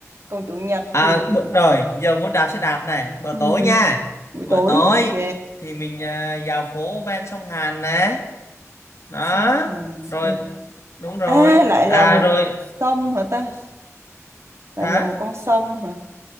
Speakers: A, on the right; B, on the left.
A: còn chủ nhật
B: à
A: thì
B: bữa, rồi giờ muốn đạp xe đạp này bữa
A: Ừm,
B: tối nha
A: buổi
B: bữa
A: tối
B: tối
A: ok
B: thì mình à, vào phố ven sông Hàn nè đó
A: sông Hàn
B: rồi
A: oh.
B: đúng rồi
A: à lại
B: à
A: là một
B: rồi
A: sông hả ta lại
B: hả
A: là một con sông hả